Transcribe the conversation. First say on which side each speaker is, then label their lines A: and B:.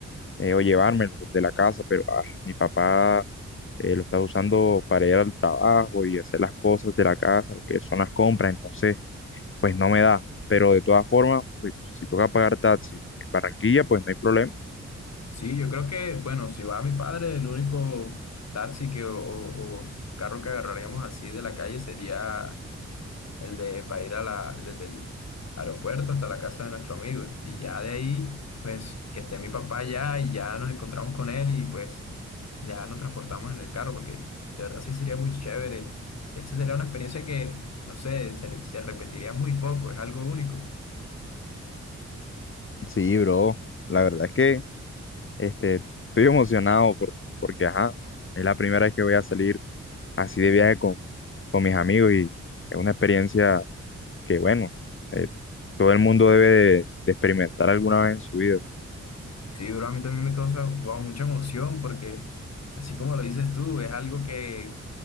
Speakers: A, on the left (about 45°); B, on the left (about 60°).
A: eh, o llevármelo el de la casa, pero ah, mi papá eh, lo está usando para ir al trabajo y hacer las cosas de la casa, lo que son las compras, entonces pues no me da. Pero de todas formas, pues si toca pagar taxi en Barranquilla, pues no hay problema.
B: Sí, yo creo que, bueno, si va mi padre, el único taxi que, o, o- o carro que agarraríamos así de la calle sería el de para ir a la, desde el aeropuerto hasta la casa de nuestro amigo. Y ya de ahí, pues, que esté mi papá ya y ya nos encontramos con él y pues ya nos transportamos en el carro, porque de verdad sí sería muy chévere. Esto sería una experiencia que, no sé, se, se repetiría muy poco, es algo único.
A: Sí, bro, la verdad es que Este, estoy emocionado por- porque, ajá, es la primera vez que voy a salir así de viaje con, con mis amigos y es una experiencia que, bueno, eh, todo el mundo debe de, de experimentar alguna vez en su vida.
B: Sí, bro, a mí también me causa, wow, mucha emoción porque, así como lo dices tú, es algo que,